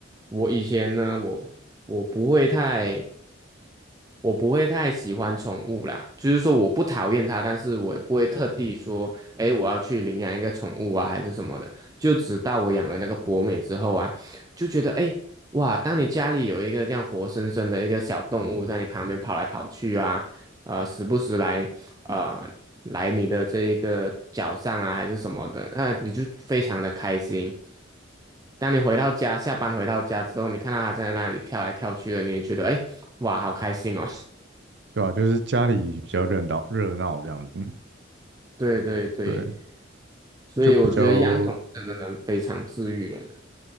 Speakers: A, on the right; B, on the right.
A: 我以前呢，我我不会太。我不会太喜欢宠物啦，就是说我不讨厌它，但是我也不会特地说，诶，我要去领养一个宠物啊，还是什么的。就直到我养了那个博美之后啊，就觉得，诶，哇，当你家里有一个这样活生生的一个小动物在你旁边跑来跑去啊，呃，时不时来，呃。来你的这一个脚上啊，还是什么的，那你就非常的开心。当你回到家，下班回到家之后，你看到它在那里跳来跳去的，你也觉得哎，诶哇，好开心哦。<laughs>
B: 对啊，就是家里比较热闹热闹这样子，
A: 对对对，
B: 对，
A: 所以我觉得养宠物真的能非常治愈人啊。
B: 就比较